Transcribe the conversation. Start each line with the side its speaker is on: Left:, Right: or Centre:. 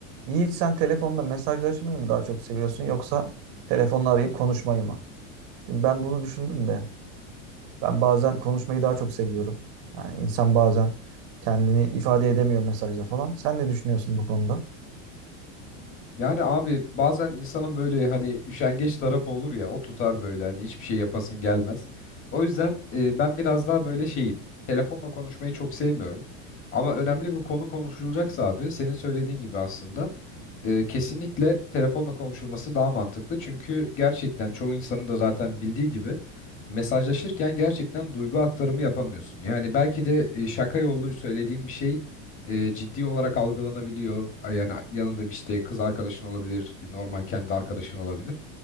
Right: Yiğit sen telefonda mesajlaşmayı mı daha çok seviyorsun yoksa telefonla arayıp konuşmayı mı? Şimdi ben bunu düşündüm de ben bazen konuşmayı daha çok seviyorum. Yani insan bazen kendini ifade edemiyor mesajda falan. Sen ne düşünüyorsun bu konuda?
Left: Yani abi bazen insanın böyle hani üşengeç tarafı olur ya o tutar böyle hani hiçbir şey yapasın gelmez. O yüzden e, ben biraz daha böyle şeyim. Telefonla konuşmayı çok sevmiyorum. Ama önemli bir konu konuşulacaksa abi senin söylediğin gibi aslında e, kesinlikle telefonla konuşulması daha mantıklı. Çünkü gerçekten çoğu insanın da zaten bildiği gibi mesajlaşırken gerçekten duygu aktarımı yapamıyorsun. Yani belki de e, şaka yollu söylediğim bir şey e, ciddi olarak algılanabiliyor. Ay, Yani yanında bir işte kız arkadaşın olabilir, normal kendi arkadaşın olabilir.